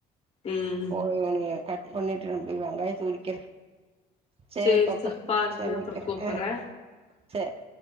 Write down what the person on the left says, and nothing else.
ம்
சேரி
தோ பாருங்க
நா
அப்புறோ கூப்புட்றே